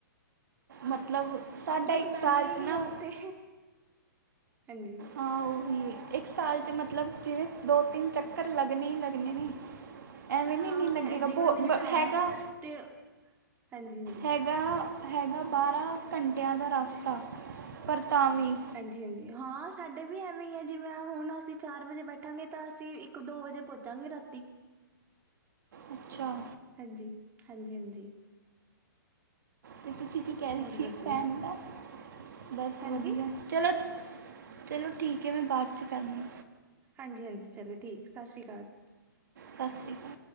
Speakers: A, on the right; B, on the right.
A: ਮਤਲਬ ਸਾਡਾ
B: ਬਸ
A: ਇੱਕ
B: ਨਾਨੀ
A: ਸਾਲ ਚ
B: ਨੀ
A: ਨਾ
B: ਆ ਓੱਥੇ, ਹਾਂਜੀ।
A: ਆਂ ਓਹੀ। ਇੱਕ ਸਾਲ ਚ ਮਤਲਬ ਜਿਵੇਂ ਦੋ-ਤਿੰਨ ਚੱਕਰ ਲੱਗਣੇ ਈ ਲੱਗਣੇ ਨੇ। ਐਵੇਂ
B: ਹਾਂ
A: ਨੀ-ਨੀ
B: ਉਹ
A: ਲੱਗੇਗਾ
B: ਤੇ ਜਿਵੇਂ
A: ਬੋ
B: ਮੇਰੀ
A: ਬ
B: ਭੈਣ
A: ਹੈਗਾ।
B: ਹੈ ਤੇ ਹਾਂਜੀ-ਹਾਂਜੀ।
A: ਐਗਾ-ਹੈਗਾ ਬਾਰ੍ਹਾਂ ਘੰਟਿਆਂ ਦਾ ਰਾਸਤਾ ਪਰ ਤਾਂਵੀ
B: ਹਾਂਜੀ-ਹਾਂਜੀ, ਹਾਂ ਸਾਡੇ ਵੀ ਐਵੇਂ ਹੀ ਆ ਜਿਵੇਂ ਹੁਣ ਅਸੀਂ ਚਾਰ ਵਜੇ ਬੈਠਾਂਗੇ ਤਾਂ ਅਸੀਂ ਇੱਕ ਦੋ ਵਜੇ ਪਓਚਾਂਗੇ ਰਾਤੀ।
A: ਅੱਛਾ
B: ਹਾਂਜੀ, ਹਾਂਜੀ, ਹਾਂਜੀ
A: ਤੇ ਤੁਸੀਂ ਕੀ ਕੈ ਰੇ
B: ਹੋਰ
A: ਸੀ
B: ਦੱਸੋ
A: ਫੈਨ ਦਾ ਬਸ
B: ਹਾਂਜੀ
A: ਵਧੀਆ ਚਲੋ ਚਲੋ ਠੀਕ ਐ ਮੈਂ ਬਾਚ ਕਰਨੀ
B: ਹਾਂਜੀ-ਹਾਂਜੀ ਚਲੋ ਠੀਕ ਸਾਸਰੀਕਾਲ
A: ਸਾਸਰੀਕਾਲ